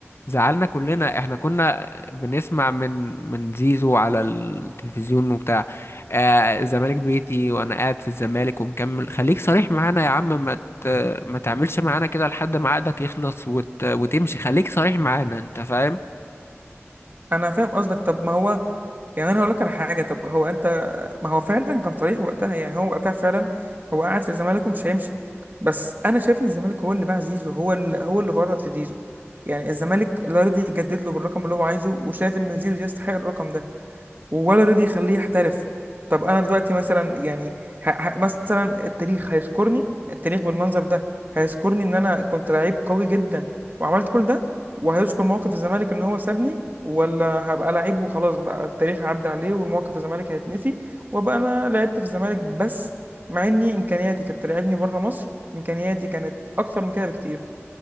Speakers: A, on the left; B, on the right.
A: زعلنا كلنا احنا كنا بنسمع من من زيزو على التلفزيون وبتاع آه الزمالك بيتي وانا قاعد في الزمالك ومكمل خليك صريح معانا يا عم ما ت... ما تعملش معانا كده لحد ما عقدك يخلص وت... وتمشي خليك صريح معانا انت فاهم
B: انا فاهم قصدك طب ما هو يعني انا هقول لك على حاجه طب هو انت ما هو فعلا كان صريح وقتها يعني هو وقتها فعلا هو قاعد في الزمالك ومش هيمشي بس انا شايف ان الزمالك هو اللي باع زيزو هو اللي هو اللي فرط في زيزو يعني الزمالك لا رضي يجدد له بالرقم اللي هو عايزه وشايف ان زيزو يستحق الرقم ده ولا رضي يخليه يحترف طب انا دلوقتي مثلا يعني ه... ه... مثلا التاريخ هيذكرني التاريخ بالمنظر ده هيذكرني ان انا كنت لعيب قوي جدا وعملت كل ده وهيذكر موقف الزمالك ان هو سابني ولا هبقى لعيب وخلاص بقى التاريخ عدى عليه والموقف الزمالك هيتنسي وابقى انا لعبت في الزمالك بس مع اني امكانياتي كانت تلعبني بره مصر امكانياتي كانت اكتر من كده بكتير